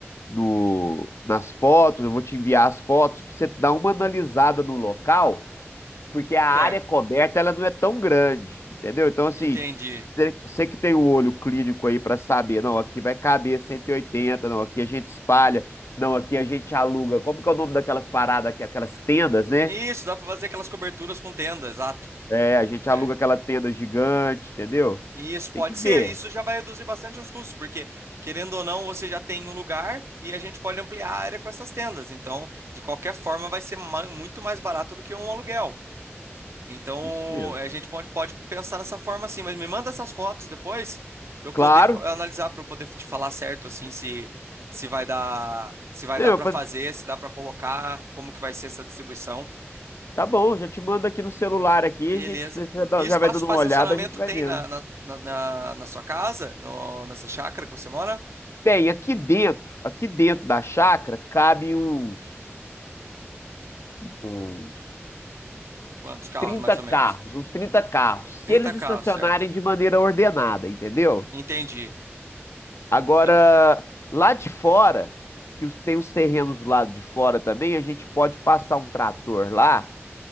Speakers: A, on the left (about 70°); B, on the right (about 75°).
A: no, nas fotos. Eu vou te enviar as fotos para você dar uma analisada no local Porque a área
B: certo?
A: coberta ela não é tão grande, entendeu? Então, assim,
B: Entendi.
A: você que tem o olho clínico aí para saber, não, aqui vai caber 180, não, aqui a gente espalha, não, aqui a gente aluga. Como que é o nome daquelas paradas, aqui, aquelas tendas, né?
B: Isso, dá para fazer aquelas coberturas com tenda, exato.
A: É, a gente
B: É,
A: aluga aquela tenda gigante, entendeu?
B: E Isso
A: Tem
B: pode
A: que ver.
B: ser, isso já vai reduzir bastante os custos, porque querendo ou não, você já tem um lugar e a gente pode ampliar a área com essas tendas. Então, de qualquer forma, vai ser ma- muito mais barato do que um aluguel. Então,
A: Isso mesmo.
B: a gente pode, pode pensar nessa forma assim, mas me manda essas fotos depois para eu
A: Claro.
B: poder fa- analisar, para eu poder te falar certo assim se se vai dar, se vai
A: É,
B: dar
A: Eu,
B: para
A: faz-
B: fazer, se dá para colocar, como que vai ser essa distribuição.
A: tá bom, já te mando aqui no celular aqui,
B: Beleza.
A: a gente já dá-
B: E espaço
A: já vai dando
B: para
A: uma
B: estacionamento
A: olhada, a gente vai
B: tem
A: vendo.
B: na, na, na, na- na sua casa? No, nessa chácara que você mora?
A: Tem, aqui dentro, aqui dentro da chácara, cabe uns. uns
B: Quantos carros,
A: 30
B: mais ou
A: carros,
B: menos?
A: uns 30 carros, se
B: 30
A: eles
B: carros,
A: estacionarem
B: certo?
A: de maneira ordenada, entendeu?
B: Entendi.
A: Agora,
B: Então,
A: lá de fora, que os- tem os terrenos do lado de fora também, a gente pode passar um trator lá,